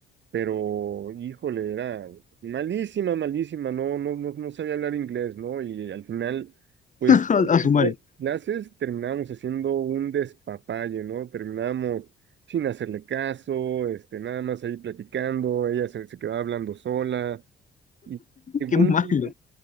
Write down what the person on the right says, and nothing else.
pero híjole, era malísima, malísima, no, no, no, no sabía hablar inglés, ¿no? Y al final,
pues,
<laughs>
clases terminábamos haciendo un despapalle, ¿no? Terminábamos sin hacerle caso, este, nada más ahí platicando, ella se, se quedaba hablando sola, y llegó
un
día,